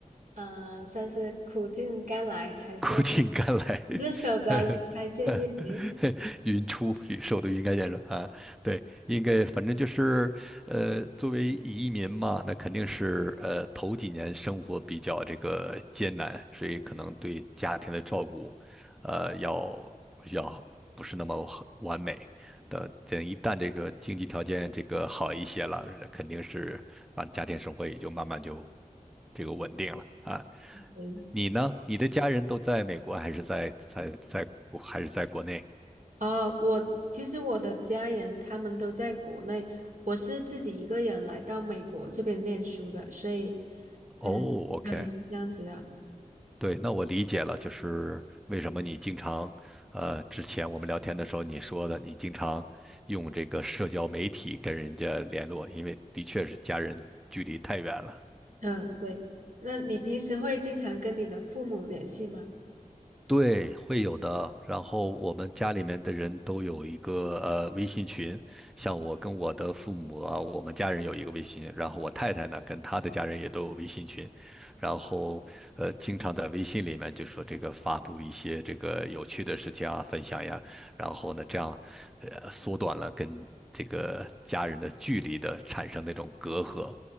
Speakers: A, on the right; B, in the centre.
A: 嗯、呃算是苦尽甘来，还是
B: 苦尽甘来，
A: <laughs> 日手的也开建议。
B: <laughs>
A: 明？
B: 云出云收都云开见说啊，对，应该反正就是，呃，作为移民嘛，那肯定是呃头几年生活比较这个艰难，所以可能对家庭的照顾，呃，要要不是那么很完美。等等，一旦这个经济条件这个好一些了，肯定是啊，家庭生活也就慢慢就这个稳定了啊。
A: 嗯
B: 你呢？你的家人都在美国，还是在在在国还是在国内？
A: 啊，我其实我的家人他们都在国内，我是自己一个人来到美国这边念书的，所以，
B: 哦，OK，
A: 嗯，对，是这样子的，
B: 对，那我理解了，就是为什么你经常，呃，之前我们聊天的时候你说的，你经常用这个社交媒体跟人家联络，因为的确是家人距离太远了。
A: 嗯，对。那你平时会经常跟你的父母联系吗？
B: 对，会有的。然后我们家里面的人都有一个呃微信群，像我跟我的父母啊，我们家人有一个微信群，然后我太太呢跟她的家人也都有微信群，然后呃经常在微信里面就说这个发布一些这个有趣的事情啊，分享呀，然后呢这样呃缩短了跟这个家人的距离的产生那种隔阂。